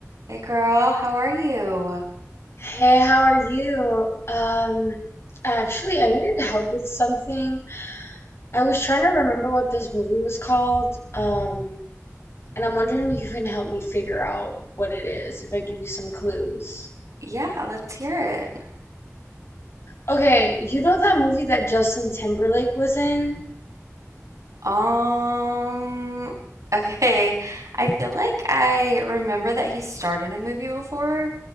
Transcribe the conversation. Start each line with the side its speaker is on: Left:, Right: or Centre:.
Right: Hey girl, how are you?
Left: Hey, how are you? Um, actually, I needed help with something. I was trying to remember what this movie was called. Um, and I'm wondering if you can help me figure out what it is if I give you some clues.
Right: Yeah, let's hear it.
Left: Okay, you know that movie that Justin Timberlake was in?
Right: Um, <laughs> okay. I feel like I remember that he started a movie before,